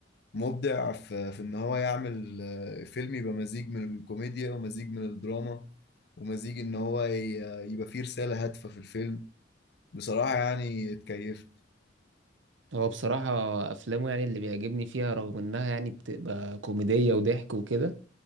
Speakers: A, on the left; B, on the right.
A: مبدع في في ان هو يعمل آه، فيلم يبقى مزيج من الكوميديا ومزيج من الدراما ومزيج ان هو ي- يبقى فيه رسالة هادفة في الفيلم بصراحة يعني اتكيفت
B: هو بصراحة افلامه يعني اللي بيعجبني فيها رغم انها يعني بتبقى كوميدية وضحك وكده